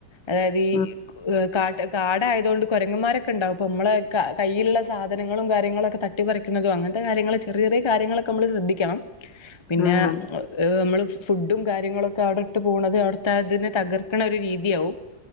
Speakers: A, on the left; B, on the left.
A: അതായത് ഈ
B: ഉം
A: കാ കാട് ആയതുകൊണ്ട് കുരങ്ങന്മാരൊക്കെണ്ടാവും അപ്പ നമ്മള് കയ്യിലുള്ള സാധനങ്ങളും കാര്യങ്ങളൊക്കെ തട്ടി പറിക്കുന്നതുമാ അങ്ങനത്തെ കാര്യങ്ങൾ ചെറിയ ചെറിയ കാര്യങ്ങളൊക്കെ നമ്മൾ ശ്രദ്ധിക്കണം പിന്നെ
B: ഉം അതെ
A: നമ്മള് ഫുഡും കാര്യങ്ങളൊക്കെ അവിടെ ഇട്ട് പോണത് അവിടുത്തെ അതിനെ തകർക്കണ ഒരു രീതിയാവും